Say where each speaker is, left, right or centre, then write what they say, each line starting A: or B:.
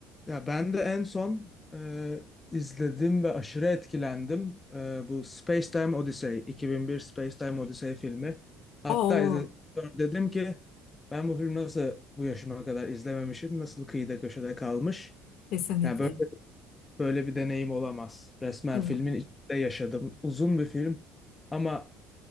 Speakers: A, on the left; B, on the left.
A: Ya ben de en son e, izledim ve aşırı etkilendim. E, bu Space Time Odyssey, 2001 Space Time Odyssey filmi. Hatta
B: Oo,
A: izledikten sonra dedim ki ben bu film nasıl bu yaşıma kadar izlememişim, nasıl kıyıda köşede kalmış.
B: kesinlikle.
A: Yani böyle böyle bir deneyim olamaz. Resmen
B: Evet,
A: filmin içinde yaşadım. Uzun bir film ama